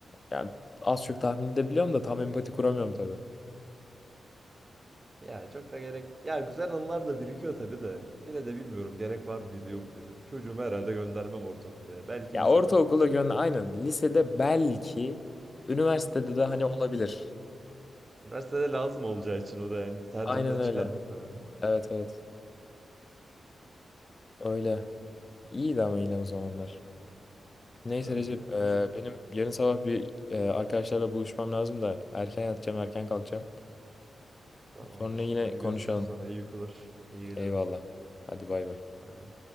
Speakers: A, on the left; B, on the right.
A: Yani az çok tahmin edebiliyorum da tam empati kuramıyorum tabii.
B: Ya çok da gerek. Ya güzel anılar da birikiyor tabii de. Yine de bilmiyorum gerek var mıydı yok muydu. Çocuğumu herhalde göndermem ortaokulda ya. Belki
A: Ya
B: lisede.
A: ortaokulda gönlü aynen. Lisede belki. Üniversitede de hani
B: Heh.
A: olabilir.
B: Üniversitede lazım olacağı için o da yani tercihimden
A: Aynen
B: çıkar
A: öyle.
B: muhtemelen.
A: Evet evet. Öyle. İyiydi ama yine o zamanlar. Neyse
B: Güzeldi
A: Recep,
B: ya.
A: e,
B: Neyse
A: benim yarın sabah bir e, arkadaşlarla buluşmam lazım da erken yatacağım, erken kalkacağım.
B: tamamdır.
A: Sonra yine
B: Hadi
A: konuşalım.
B: görüşürüz sana. iyi uykular. İyi geceler.
A: Eyvallah. Hadi bay bay.
B: Bay bay.